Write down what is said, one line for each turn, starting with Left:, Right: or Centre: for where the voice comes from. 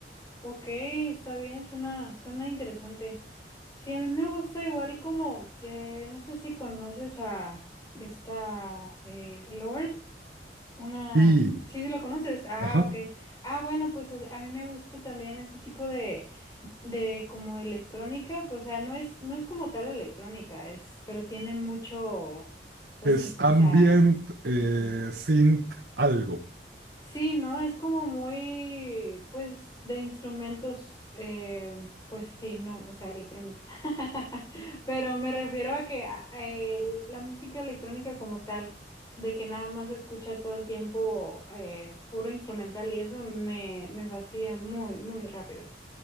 Left: ok, está bien, suena, suena interesante. Sí, a mí me gusta igual como, eh, no sé si conoces a esta eh, Lord, una,
Right: Sí,
Left: sí, sí la conoces, ah,
Right: ajá.
Left: ok. Ah, bueno, pues es- a mí me gusta también ese tipo de, de como electrónica, pues, o sea, no es, no es como tal electrónica, es, pero tiene mucho, pues
Right: Es
Left: sí,
Right: ambient,
Left: o sea,
Right: eh,
Left: ujú.
Right: synth, algo,
Left: Sí, ¿no? Es como muy, pues, de instrumentos, eh, pues sí, no, o sea, electrónicos. <laughs> Pero me refiero a que a- a el- la música electrónica como tal, de que nada más se escucha todo el tiempo eh, puro instrumental y eso me, me fastidia muy, muy rápido.